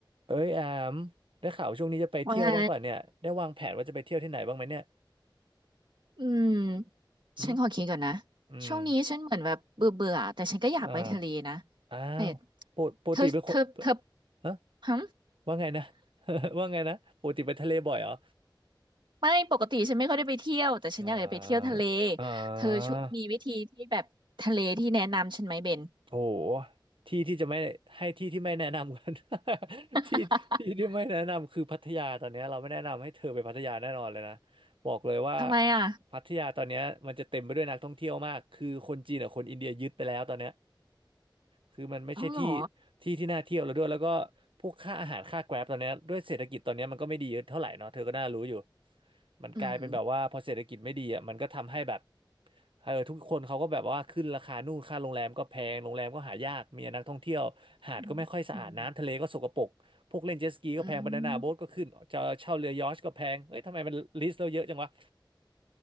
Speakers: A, on the right; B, on the right.
A: เอ้ยแอมได้ข่าวช่วงนี้จะไปเที่ยวบ้างป่ะเนี่ยได้วางแผนว่าจะไปเที่ยวที่ไหนบ้างไหมเนี่ย
B: ว่าไงอืม
A: หืม
B: ฉันขอคิดก่อนนะ
A: อืม
B: ช่วงนี้ฉันเหมือนแบบเบื่อเบื่อแต่ฉันก็อยากไปทะเลนะ
A: อ่าอ้าวปกปกติเป็นคน
B: แต่เธอเธอเธอ
A: ฮะ
B: ฮึ
A: ว่าไงนะ <laughs> ว่าไงนะปกติไปทะเลบ่อยเหรอ
B: ไม่ปกติฉันไม่ค่อยได้ไปเที่ยวแต่ฉันอยากจะไปเที่ยวทะเล
A: อ่าอ่า
B: เธอช่วยมีวิธีที่แบบทะเลที่แนะนำฉันไหมเบน
A: โหที่ที่จะไม่ให้ที่ที่ไม่แนะนำกัน <laughs>
B: <laughs>
A: ที่ที่ที่ไม่แนะนำคือพัทยาตอนเนี้ยเราไม่แนะนำให้เธอไปพัทยาแน่นอนเลยนะบอกเลยว่า
B: ทำไมอ่ะ
A: พัทยาตอนเนี้ยมันจะเต็มไปด้วยนักท่องเที่ยวมากคือคนจีนกับคนอินเดียยึดไปแล้วตอนเนี้ย คือมันไม่ใช่ที่
B: เอาเหรอ
A: ที่ที่น่าเที่ยวแล้วด้วยแล้วก็พวกค่าอาหารค่าแกร็บตอนเนี้ยด้วยเศรษฐกิจตอนเนี้ยมันก็ไม่ดีเท่าไหร่เนาะเธอก็น่ารู้อยู่มันกลายเป็นแบบว่าพอเศรษฐกิจไม่ดีอ่ะมันก็ทำให้แบบ
B: อืม
A: เออทุกคนเขาก็แบบว่าขึ้นราคานู่นค่าโรงแรมก็แพงโรงแรมก็หายากมีนักท่องเที่ยวหาดก็ไม่ค่อยสะอาดน้ำทะเลก็สกปรกพวกเล่นเจ็ตสกีก็แพงบานาน่าโบ๊ทก็ขึ้นจะเช่าเรือยอชต์ก็แพงเอ้ยทำไมมันลิสต์เราเยอะจังวะ
B: อืมอืมอืม